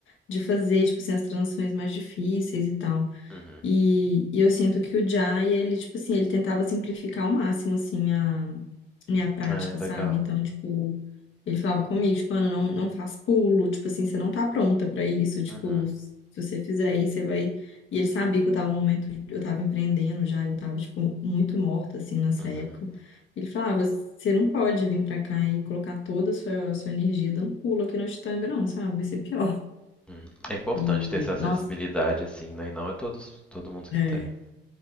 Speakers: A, on the left (about 75°); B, in the centre.
A: de fazer, tipo assim, as transições mais difíceis e tal.
B: uhum.
A: E, e eu sinto que o Jai, ele, tipo assim, ele tentava simplificar ao máximo, assim, a minha
B: Hum,
A: prática,
B: É, legal.
A: sabe? Então, tipo, ele falava comigo, tipo, Ana, não, não faz pulo, tipo assim, você não tá pronta pra isso, tipo,
B: Uhum,
A: se você fizer isso, você vai... E ele sabia que eu tava no momento, eu tava empreendendo já, eu tava, tipo, muito morta, assim, nessa
B: uhum,
A: época. Ele falava, você não pode vir pra cá e colocar toda a sua, sua energia dando pulo aqui na Estanga, não, sabe? Vai ser pior.
B: uhum. É importante
A: E,
B: ter essa sensibilidade,
A: nossa,
B: assim, né? E não é todos, todo mundo
A: é,
B: que tem.